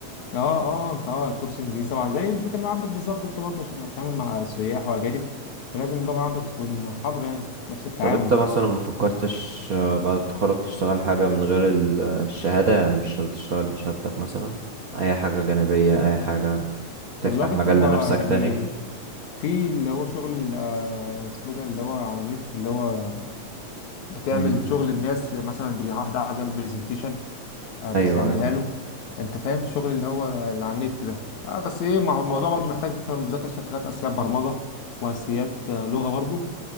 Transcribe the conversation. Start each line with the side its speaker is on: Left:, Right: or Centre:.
Left: اه اه انت اه كورس انجليزي طبعا زي الفكره اللي عندك بالظبط انت برضه عشان هتتعامل مع سياح واجانب فلازم اللغه عندك تكون حاضره يعني نفس التعامل
Right: طب انت مثلا ما فكرتش آه، بعد التخرج تشتغل حاجة من غير ال- الشهادة يعني مش شرط تشتغل بشهادتك مثلا اي حاجة جانبية اي حاجة تفتح
Left: والله
Right: مجال
Left: كنت بقى
Right: لنفسك
Left: يعني
Right: تاني
Left: في اللي هو شغل ال- آه، اسمه ده اللي هو على النت اللي هو بتعمل
Right: امم
Left: شغل الناس مثلا بري- واحد عايز يعمل برزنتيشن بتعملها
Right: ايوه
Left: له انت فاهم الشغل اللي هو اللي على النت ده آه بس ايه مع- الموضوع برضو محتاج شوية مذاكرة شوية حاجات اساسيات برمجة واساسيات آه، لغة برضو